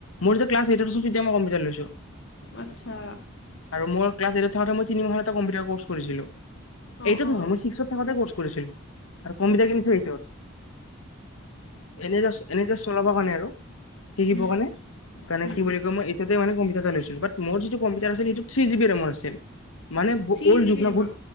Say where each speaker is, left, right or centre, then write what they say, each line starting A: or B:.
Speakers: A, on the left; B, on the left.
A: মোৰ যেতিয়া ক্লাছ এইটত‌ আছ তেতিয়াই মই কম্পিউটাৰ লৈছো।
B: আচ্ছা।
A: আৰু মোৰ ক্লাছ এইটত থাকোতে মই তিনি মাহৰ এটা কম্পিউটাৰ কৰ্চ কৰিছিলো।
B: অ
A: এইটো টো
B: অ
A: মই ছিক্সত থাকোতে কৰিছ কৰিছিল। আৰু কম্পিউটাৰ
B: আচ্ছা
A: কিনি থৈ <unintelligible> এনে এনে জাষ্ট চলাব কাৰণে আৰু শিকিব
B: উম
A: কাৰণে তেণে
B: উম
A: কি বুলি কয় মই তেতিয়া মানে কম্পিউটাৰ এটা লৈছিলো বাট মোৰ যিটো কম্পিউটাৰ আছিল সেইটো থ্ৰী জি বি ৰেমৰ আছিল। মানে
B: থ্ৰী
A: অল্ড
B: জি
A: যুগ
B: বি
A: ন?
B: ৰেমৰ
A: বহুত